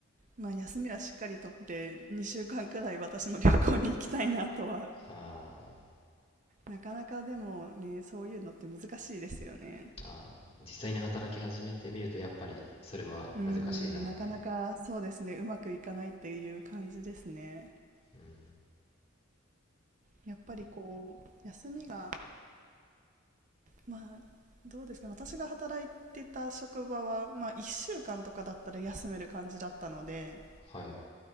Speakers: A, on the right; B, on the left.
A: まあ休みはしっかりとって2週間くらい私も旅行に行きたいなとは
B: あ
A: なかなかでもね、そういうのって難しいですよね。
B: ーあー、あ実際に働き始めてみると、やっぱり、それは難しいなっていう。
A: うーん、なかなかそうですね、うまくいかないっていう感じですね。
B: うん、
A: やっぱりこう、休みが、まあ、どうですかね、私が働いてた職場は、まあ、1週間とかだったら休める感じだったので、
B: はい。